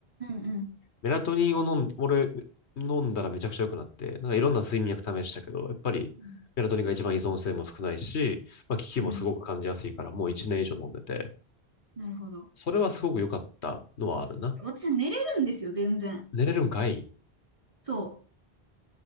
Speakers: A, on the right; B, on the left.
A: うんうん。
B: メラトニンを飲ん、俺、飲んだらめちゃくちゃ良くなって、なんかいろんな睡眠薬試したけど、やっぱりメラトニンが一番依存性も少ないし、
A: うん。
B: まあ、効きもすごく感じやすいから、
A: うん
B: もう1年以上飲んでて、
A: なるほど。
B: それはすごく良かったのはあるな。
A: 私、寝れるんですよ、全然。
B: 寝れるんかい
A: そう。